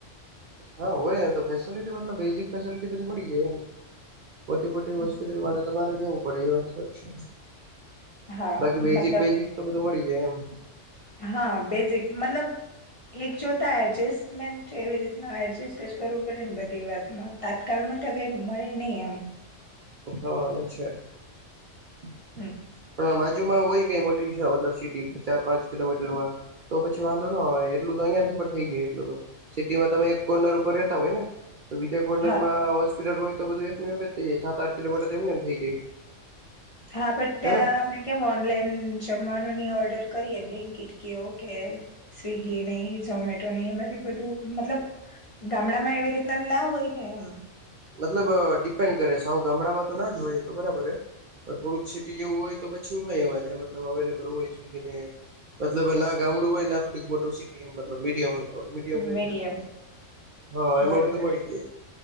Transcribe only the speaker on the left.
હમ.
હા
મતલબ
હા બેઝિક મતલબ એક જોતા એડજસ્ટમેન્ટ એવી રીતના એડજસ્ટ. જ કરવું પડે ને બધી વાત માં તાત્કાલમાં તો કઈ મળે નહી એમ.
એક <inaudible>
હા
હા બ ત્યાં
આપને કેમ ઓનલાઈન જમવાનું નની ઓર્ડર કરીએ બ્લિકીટ કેઓકે સ્વીગી નહી ઝોમેટો નહી એમાંથી બધું મતલબ ગામડા માં એવી રીતના ના હોય ને એમ.
મીડિયમ
બરોબર